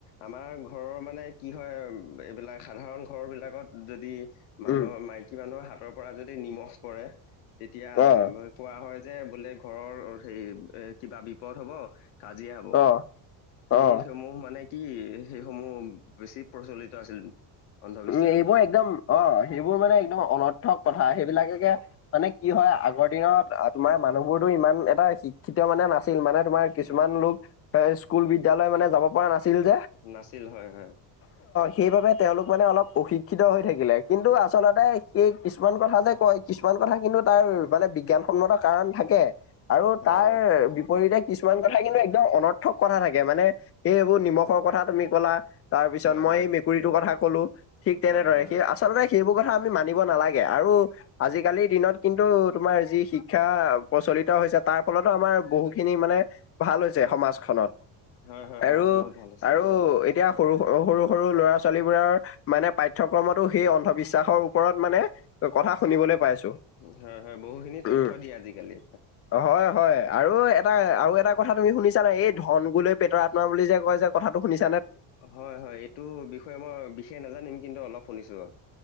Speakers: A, on the left (about 80°); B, on the left (about 30°).
A: আমাৰ ঘৰৰ মানে কি হয় এইবিলাক সাধাৰণ ঘৰ বিলাক বিলাগত যদি মানুহৰ
B: উম।
A: মাইকী মানুহৰ হাতৰ পৰা যদি নিমখ পৰে তেতিয়া
B: অ',
A: কোৱা হয় যে বোলে ঘৰৰ হে এ কিবা বিপদ হ'ব, কাজিয়া হ'ব।
B: অ',
A: সেই
B: অ',
A: সমূহ মানে কি সেইসমূহ বেছি প্ৰচলিত আছিল। অন্ধবিশ্বাসসমূহ
B: উম, এইবোৰ একদম অ সেইবোৰ মানে একদম অনৰ্থক কথা সেইবিলাকেকে
A: অ,
B: মানে কি হয় আগৰ দিনত তোমাৰ মানুহ বোৰতো ইমান এটা শিক্ষিত মানে নাচ ছিল মানে তোমাৰ কিছুমান
A: উম,
B: লোক স্কুল বিদ্যালয় মানে যাব কোৱা নাছিল যে
A: নাছিল হয় হয়
B: সেই বাবে তেওঁলোক মানে অলপ প্ৰশিক্ষিত হৈ থাকিলে, কিন্তু আচলতে সেই কিছুমান কথা যে কয় কিছুমান কথা কিন্তু তাৰ মানে বিজ্ঞানসন্মত কাৰণ থাকে আৰু
A: হয়
B: তাৰ
A: হয়
B: বিপৰীতে কিছুমান কথা কিন্তু একদম অনৰ্থক কথা থাকে মানে, এই সেইবোৰ নিমখৰ কথা তুমি কলা তাৰ পিছত
A: হয়
B: মই
A: হয়
B: সেই মেকুৰীটোৰ কথা কলো, ঠিক তেনেদৰে
A: হয় হয়
B: সেই আচলতে সেইবোৰ কথা আমি মানিব নালাগে আৰু আজিকালিৰ দিনত কিন্তু তোমাৰ যি শিক্ষা প্ৰচ নিকা হৈছে, তাৰ ফলতো আমাৰ বহুখিনি মানে ভাল হৈছে সমাজখনত।
A: হয় হয়
B: আৰু
A: সমাজ বহুত ভাল হৈছে
B: আৰু এতিয়া সৰু সৰু সৰু ল'ৰা ছোৱালী ৰা মানে পাঠ্যক্ৰমতো সেই অন্ধবিশ্বাসৰ ওপৰত মানে কথা শুনিবলৈ পাইছো।
A: হয় হয় বহুখিনি তথ্য
B: উম,
A: দিয়ে আজিকালি।
B: হয় হয় আৰু এটা আৰু এটা কথা তুমি শুনিছা ন এই ধন গোলৈ পেটৰ আত্মা বুলি যে কয় যে কথাটো শুনিছা।
A: হয় হয় এইটো বিষয়ে মই বিশষ নাজানিম কিন্তু অলপ শুনিছো আৰু।